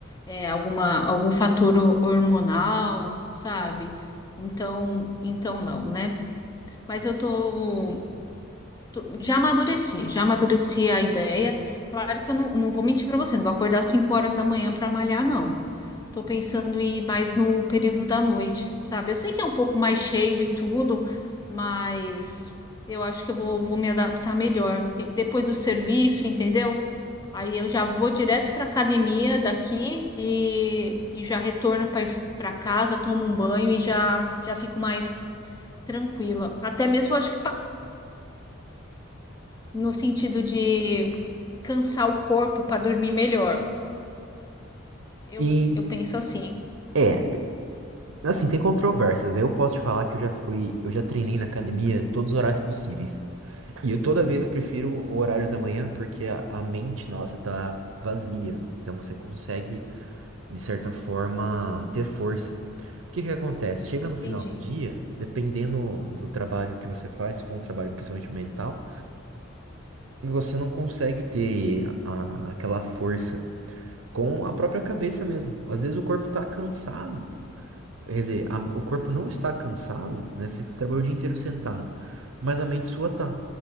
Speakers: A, on the left; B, on the right.
A: é, alguma, algum fator ho- hormonal, sabe? Então, então não, né? Mas eu tô Tô- Já amadureci, já amadureci a ideia. Claro que eu não, não vou mentir para você, não vou acordar às 5 horas da manhã para malhar, não. estou pensando em ir mais no período da noite, sabe? Eu sei que é um pouco mais cheio e tudo, mas eu acho que eu vou, vou me adaptar melhor. Porque Depois do serviço, entendeu? Aí eu já vou direto para academia daqui e, e já retorno para casa, tomo um banho e já, já fico mais tranquila. Até mesmo, eu acho que para no sentido de cansar o corpo para dormir melhor. Eu,
B: E,
A: eu penso assim,
B: é, te- assim, tem controvérsias. Eu posso te falar que eu já fui, eu já treinei na academia todos os horários possíveis. E eu toda vez eu prefiro o horário da manhã, porque a, a mente nossa tá vazia. Então você consegue, de certa forma, ter força. O que que acontece? Chega
A: entendi.
B: no final do dia, dependendo do trabalho que você faz, se for um trabalho principalmente mental, você não consegue ter a- aquela força com a própria cabeça mesmo. Às vezes o corpo tá cansado, quer dizer, a- o corpo não está cansado, né? Você trabalhou o dia inteiro sentado, mas a mente sua tá.